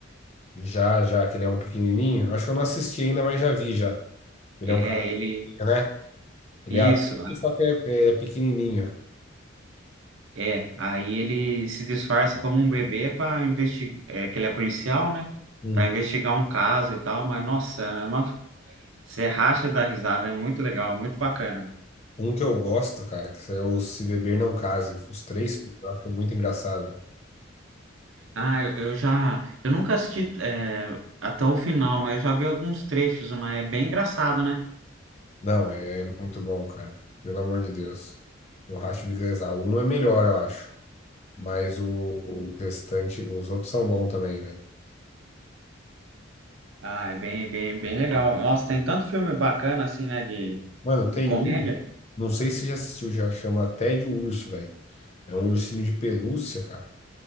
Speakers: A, on the left; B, on the right.
A: Já, já, que ele é um pequenininho. Acho que eu não assisti ainda, mas já vi já. Ele
B: É,
A: é um cara,
B: ele.
A: né? Ele
B: Isso.
A: é adulto, só que é, é pequenininho.
B: É, aí ele se disfarça como um bebê para investigar, é, que ele é policial, né?
A: Hum.
B: Para investigar um caso e tal, mas nossa, é uma você racha da risada, é muito legal, é muito bacana.
A: Um que eu gosto, cara, que é o Se Beber Não Case. Os três, filmes, eu acho que é muito engraçado, velho.
B: Ah, eu, eu já, eu nunca assisti é, até o final, mas eu já vi alguns trechos, mas é bem engraçado, né?
A: Não, é muito bom, cara. Pelo amor de Deus. Eu racho o bico da Exal. Um é melhor, eu acho. Mas o, o restante, os outros são bons também, velho.
B: Ah, é bem, bem, bem legal. Nossa, tem tanto filme bacana assim, né, de,
A: Mano, tem
B: de comédia.
A: um, não sei se já assistiu, já chama Tédio Urso, velho. É um ursinho de pelúcia, cara.